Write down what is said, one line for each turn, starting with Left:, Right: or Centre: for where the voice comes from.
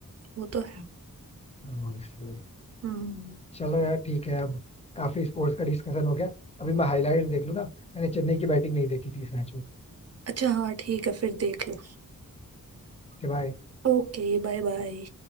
Right: वो तो है
Left: तो इसलिए
Right: हम्म
Left: चलो यार ठीक है अब काफी स्पोर्ट्स का डिस्कशन हो गया अभी मैं हाईलाइट देख लूँ ना मैंने चेन्नई की बैटिंग नहीं देखी थी इस मैच में
Right: अच्छा हाँ ठीक है फिर देख लो
Left: Okay bye
Right: Okay bye bye